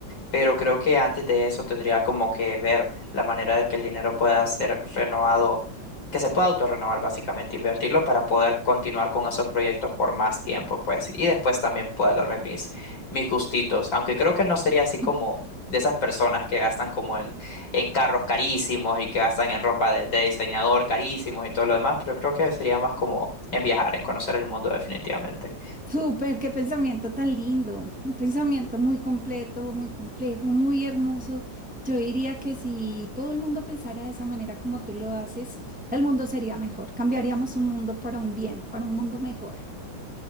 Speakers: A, on the left; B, in the centre.
A: pero creo que antes de eso tendría como que ver la manera de que el dinero pueda ser renovado, que se pueda autorrenovar básicamente, invertirlo para poder continuar con esos proyectos por más tiempo, pues, y después también poder darme mis, mis gustitos, aunque creo que no sería así
B: <clears throat>
A: como de esas personas que gastan como en, en carros carísimos y que gastan en ropa de, de diseñador carísimos y todo lo demás, pero creo que sería más como en viajar, en conocer el mundo definitivamente.
B: Súper, qué pensamiento tan lindo, un pensamiento muy completo, muy complejo, muy hermoso. Yo diría que si todo el mundo pensara de esa manera como tú lo haces, el mundo sería mejor. Cambiaríamos un mundo para un bien, para un mundo mejor.